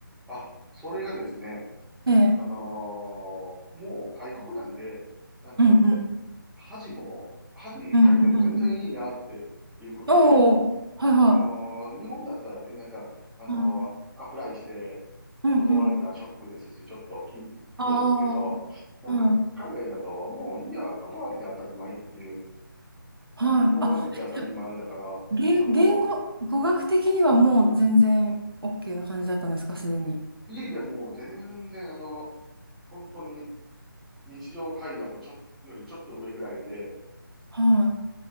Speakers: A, in the centre; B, on the right.
A: あ、それがですね、
B: ええ。
A: あのーもう外国なんで、なんか、
B: うんうん。
A: 恥も、恥かいても全然いいなっていうことで、
B: うんうんうんうん。おお、はいはい。
A: あのー日本だったらね、なんか、あのーアプライして断られたらショックですし、
B: うんうんうん。
A: ちょっときん嫌ですけど、
B: ああ。
A: なんか、
B: うん。
A: 海外だと、もういいや、断られて当たり前っていう、
B: はい。
A: 断られて当たり前だから、
B: あ、じゃあ言、
A: あの
B: 言語、語学的にはもう全然 OK な感じだったんですか、すでに。
A: ーいやいや、もう全然、あの、本当に日常会話とちょ、よりちょっと上ぐらいで
B: は